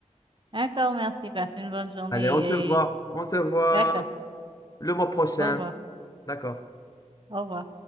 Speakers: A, on the right; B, on the left.
A: D'accord, merci. Passe une bonne journée.
B: Allez, on se voit,
A: et-
B: on se voit
A: D'accord.
B: le mois prochain.
A: Au revoir.
B: D'accord.
A: Au revoir.